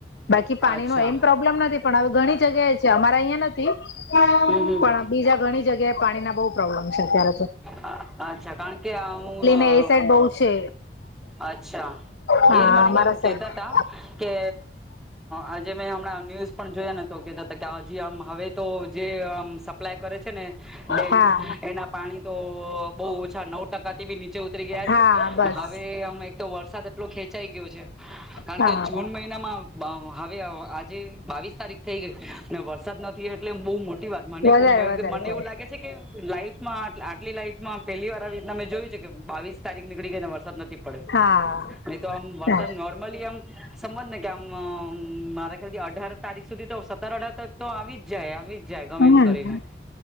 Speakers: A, on the left; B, in the centre.
A: બાકી પાણી
B: અચ્છા
A: નો એમ પ્રોબ્લેમ નથી પણ ઘણી જગ્યાએ છે અમારા અહિયાં નથી
B: હમ હમ
A: પણ બીજા ઘણી જગ્યા પાણી ના બહુ પ્રોબ્લેમ છે ત્યારે
B: <unintelligible> અચ્છા કારણ કે હું
A: ને એ સાઈડ બહુ છે
B: અચ્છા
A: હા
B: એજ માણિક
A: અમારા
B: આમ કેતા
A: સાઈડ
B: ત કે આજે મેં હમણાં ન્યૂઝ પણ જોયા તો કેહેતા હતા કે હજી આમ હવે તો જે આમ સપ્લાય કરે છે ને ડેમ્
A: હા
B: એના પાણી તો બહ ઓછા નવ ટકા થી બી ચ ગયા છે
A: હા બસ
B: હવે અમે એક તો વરસાદ એટલો ખેં થઇ ગયું છે. કારણ
A: હા
B: કે જૂન મહિનામાં આજે બાવીસ તારીખ થઈ ગઈ ને વરસાદ નથી એટલે બહુ મોટ વાત મને
A: વધારે
B: મને
A: વધારે કેવાય
B: એવું લાગે છે કે લાઈફ આટલી લાઈફમાં પહેલી વાર આવી રીતના મેં જોયું છે કે બાવીસ તારીખ નીકળી ગઈને વરસાદ નથી. પડ્યો
A: હા.
B: નહી તો વરસાદ
A: હા
B: નોર્મલી આમ સમજ ને કે આમ મારા ખાલી અઢાર તારીખ સુધી તો સત્તર અઢાર તારીખ તો આવી જ જાય આવી જ જ ગમે
A: હમ
B: એમ કરીને